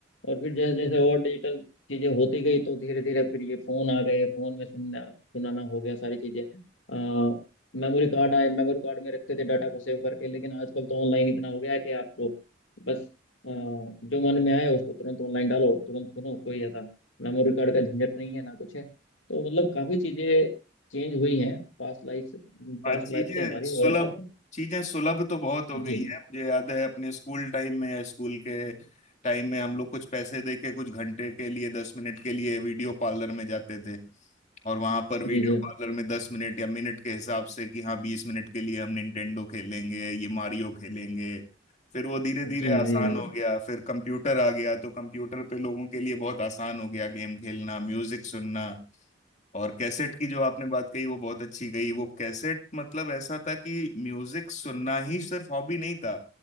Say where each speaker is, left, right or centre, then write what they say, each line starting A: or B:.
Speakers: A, on the left; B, on the left.
A: और फिर जैसे जैसे और डिजिटल चीजें होती गई तो धीरे धीरे फिर ये फोन आ गए फोन में सुनना सुनाना हो गया सारी चीजें आ, मेमोरी कार्ड आए मेमोरी कार्ड में रखते थे डाटा को सेव करके लेकिन आजकल तो ऑनलाइन इतना हो गया है कि आपको बस अ, जो मन में आए उसको तुरंत ऑनलाइन डालो और तुरंत सुनो कोई ऐसा मेमोरी कार्ड का झंझट नहीं है ना कुछ है तो मतलब काफी चीजें चेंज हुई हैं पास्ट लाइफ से,
B: हाँ
A: पास्ट
B: चीजें
A: लाइफ से हमारी
B: सुलभ
A: और अब तक
B: चीजें सुलभ तो बहुत हो गई
A: जी
B: है मुझे याद है अपने स्कूल टाइम में स्कूल के टाइम में हम लोग कुछ पैसे दे के कुछ घंटे के लिए दस मिनट के लिए वीडियो पार्लर में जाते थे और वहां पर वीडियो
A: जी जी
B: पार्लर में दस मिनट या मिनट के हिसाब से कि हाँ बीस मिनट के लिए हम निंटेंडो खेलेंगे ये मारियो खेलेंगे फिर वो धीरे धीरे
A: जी
B: आसान
A: जी जी
B: हो गया फिर कंप्यूटर आ गया तो कंप्यूटर पे लोगों के लिए बहुत आसान हो गया गेम खेलना म्यूजिक सुनना और कैसेट की जो आपने बात कही वो बहुत अच्छी कही वो कैसेट मतलब ऐसा था कि म्यूजिक सुनना ही सिर्फ हॉबी नहीं था